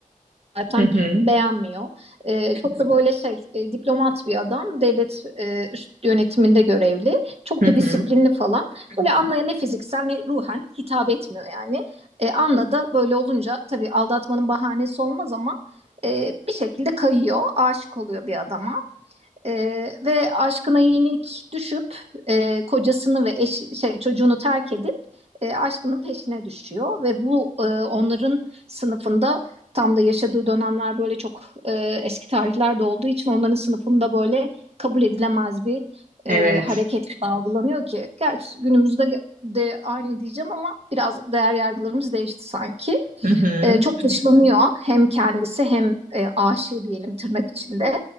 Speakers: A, on the right; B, on the right.
A: zaten
B: <laughs> Hı hı,
A: beğenmiyor. Ee, çok da böyle şey e, diplomat bir adam. Devlet e, üst yönetiminde görevli. Çok
B: hı hı.
A: da disiplinli falan. Böyle Anna'ya ne fiziksel ne ruhen hitap etmiyor yani. Ee, Anna da böyle olunca tabii aldatmanın bahanesi olmaz ama e, bir şekilde kayıyor. Aşık oluyor bir adama. Ee, ve aşkına yenik düşüp e, kocasını ve eş, şey çocuğunu terk edip e, aşkının peşine düşüyor ve bu e, onların sınıfında tam da yaşadığı dönemler böyle çok e, eski tarihlerde olduğu için onların sınıfında böyle kabul edilemez bir
B: Evet.
A: e, hareket algılanıyor ki gerçi günümüzde de aynı diyeceğim ama biraz değer yargılarımız değişti sanki.
B: Hı hı.
A: E, çok dışlanıyor hem kendisi hem e, aşığı diyelim tırnak içinde